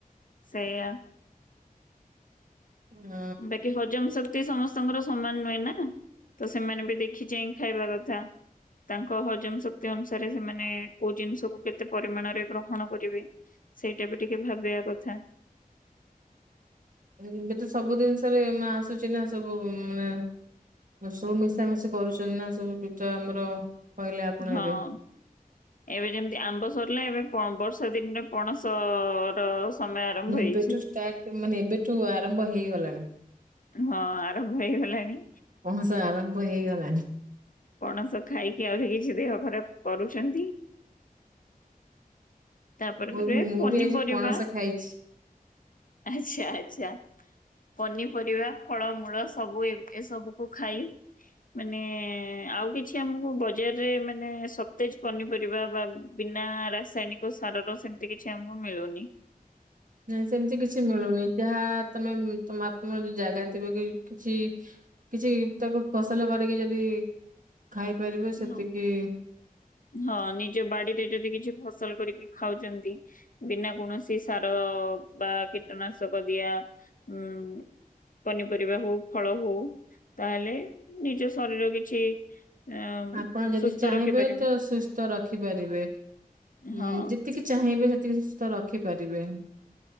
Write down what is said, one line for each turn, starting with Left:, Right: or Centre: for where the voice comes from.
Left: ସେଇଆ
Right: ଉଁ
Left: ବାକି ହଜମ ସ କ୍ତି ସମସ୍ତଙ୍କର ସମାନ ନୁହେଁ ନା ତ ସେମାନେ ବି ଦେଖି ଚାଇଁ ଖାଇବା କଥା। ତାଙ୍କ ହଜମ ଶକ୍ତି ଅନୁସାରେ ସେମାନେ କୋଉ ଜିନିଷକୁ କେତେ ପରିମାଣରେ ଗ୍ରହଣ କରିବେ। ସେଇଟା ବି ଟିକେ ଭାବିବା କଥା।
Right: ଏବେ ତ ସବୁ ଜିନିଷରେ ମା ଆସୁଛି ନା ସବୁ ନା ସବୁ ମିଶାମିଶି କରୁଛନ୍ତି ନା ସବୁ ପୂଜା ଆମର। କହିଲେ ଆପଣ
Left: ହଁ।
Right: ଏବେ
Left: ଏବେ ଯେମିତି ଆମ୍ବ ସରିଲା ଏବେ ବର୍ଷା ଦିନରେ ପଣସ ର ସମୟ ଆରମ୍ଭ
Right: ଏବେଠୁ
Left: ହେଇଛି।
Right: ଷ୍ଟାର୍ଟ ମାନେ ଏବେଠୁ ଆରମ୍ଭ ହେଇଗଲାଣି।
Left: ହଁ ଆରମ୍ଭ ହେଇଗଲାଣି।
Right: ପଁସ ଆରମ୍ଭ ହେଇଗଲା।
Left: ପଣସ ଖାଇକି ଆହୁରି କିଛି ଦେହ ଖରାପ କରୁଛନ୍ତି। ତାପରେେ
Right: ମୁଁ ମୁଁ
Left: ପନିପରିବା
Right: ବି ଆଜି ପଣସ ଖାଇଛି।
Left: ଆଚ୍ଛା ଆଚ୍ଛା। ପନିପରିବା ଫଳମୂଳ ସବୁ ଏ ସବୁକୁ ଖାଇ ମାନେ ଆଉ କିଛି ଆମକୁ ବଜାରରେ ମାନେ ସତେଜ ପନିପରିବା ବା ବିନା ରାସାୟନିକ ସାରର ସେମତି କିଛି ଆମକୁ ମିଳୁନି।
Right: ନାଇଁ ସେମିତି କିଛି ମିଳୁନି ଯାହା ତମେ ତମ ଆପମ ଯୋଉ ଜାଗା ଥିବେ କିଛି କିଛ ଉତାପ ଫସଲ କରିକି ଯଦି ଖାଇପାରିବ ସେତିକି
Left: ହଁ ହଁ ନିଜ ବାଡିରେ ଯଦି କିଛି ଫସଲ କରିକି ଖାଉଛନ୍ତି ବିନା କୌଣସି ସାର ବା କୀଟନାଶକ ଦିଆ ଉଁ ପନିପରିବା ହଉ ଫଳ ହଉ ତାହେଲେ ନିଜ ଶରୀର କିଛି ଅଁ
Right: ଆପଣ ଯଦି
Left: ସୁସ୍ଥ
Right: ଚାହିଁବେ
Left: ରଖିପାରିବେ
Right: ତ ସୁସ୍ଥ ରଖିପାରିବେ ଉଁ
Left: ହଁ
Right: ଯେତିକି ଚାହିଁବେ ସେତିକି ସୁସ୍ଥ ରଖିପାରିବେ।